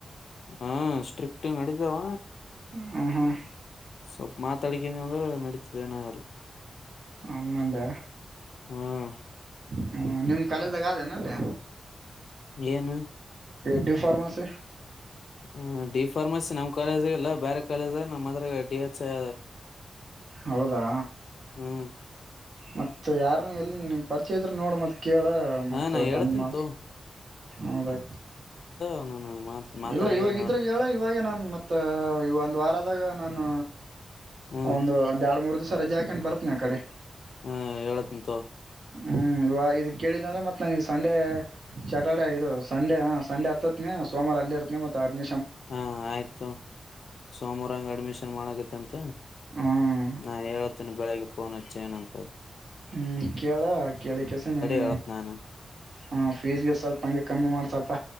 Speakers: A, on the left; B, on the right.
A: ಹಾ ಸ್ಟ್ರಿಕ್ಟ್ ನೆಡೀತಾವ
B: ಹ್ಮ್ ಹ್ಮ್
A: ಸ್ವಲ್ಪ ಮಾತಾಡಿಕನಿ ಅಂದ್ರೆ ನಡೀತದ ಏನ ಆಗಲ್ಲ
B: ಹಂಗಂದ್ಯಾ
A: ಹ್ಮ್
B: ಹ ನಿಮ್ ಕಾಲೇದಾಗ ಅದೇನ ಅಲ್ಲಿ
A: ಏನು
B: ಡಿ ಫಾರ್ಮಾಸಿ
A: ಹ್ಮ ಡಿ ಫಾರ್ಮಸಿ ನಮ್ಮ್ ಕಾಲೇಜಿಗೆ ಇಲ್ಲ ಬೇರೆ ಕಾಲೇಜ್ ದ ನಮ್ಮದ್ರಗ ಡಿ ಎಚ್ ಐ
B: ಹೌದಾ
A: ಹ್ಮ್
B: ಮತ್ತ ಯಾರನ್ನ ಎಲ್ಲಿನ್ ಪರಿಚಯ ಇದ್ರೆ ನೋಡ ಮತ್ತೆ ಕೇಳ ಮತ್ತ
A: ಹಾ ನಾ ಹೇಳ್ತನ್
B: ಬಂದ್ಮ
A: ತೋ
B: ಹೌದ
A: ಆ ನಾನು ಮಾತ್ ಮಾತಾಡಿರ
B: ಇಲ್ಲ ಇವಾಗ ಇದ್ರ
A: ಹೇಳ್ತನಿ
B: ಹೇಳ ಇವಾಗ ನಾನ್ ಮತ್ತ ಈಗ ಒಂದ್ ವಾರದಾಗ ನಾನು
A: ಹ್ಮ್
B: ಒಂದು ಒಂದ್ ಎರಡು ಮೂರು ದಿವಸ ರಜಾಕೆಂಡ್ ಬರ್ತ್ನ ಆ ಕಡೆ
A: ಹ್ಮ ಹೇಳತ್ನ ತೋ
B: ಹ್ಮ್ ಇವ ಇದು ಕೇಳಿದ್ದ ಅಂದ್ರೆ ಮತ್ತತ್ ನಾನ ಈ ಸಂಡೆ ಸ್ಯಾಟರ್ಡೆೇ ಇದು ಸಂಡೆ ಹ ಸಂಡೆ ಹತ್ತತ್ತನೇ ಸೋಮಾರ ಅಲ್ಲಿ ಇರ್ತ ಮತ್ತದ
A: ಹಾ ಆಯ್ತು ಸೋಮವಾರ ಹಂಗ ಅಡ್ಮಿಷನ್ ಮಾಡಗತ್ತ ಅಂತ
B: ಹ್ಮ್
A: ನಾ ಹೇಳೇತೇನಿ ಬೆಳಿಗ್ಗೆ ಫೋನ್ ಹಚ್ಚ ಏನಂತರೆ
B: ಹ್ಮ್ ಕೇಳ ಕೇಳಿಕಸ ನನ್
A: ಹೇಳತ್ ನಾನು
B: ಹ ಫೀಸ್ಗೆ ಸ್ವಲ್ಪ ಹಂಗೆ ಕಮ್ಮಿ ಮಾಡ್ತಪ್ಪ